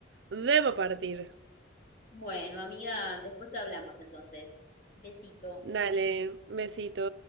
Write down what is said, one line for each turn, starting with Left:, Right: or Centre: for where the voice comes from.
Right: debo partir.
Left: Bueno, amiga, después hablamos entonces. Besito.
Right: Dale, besito.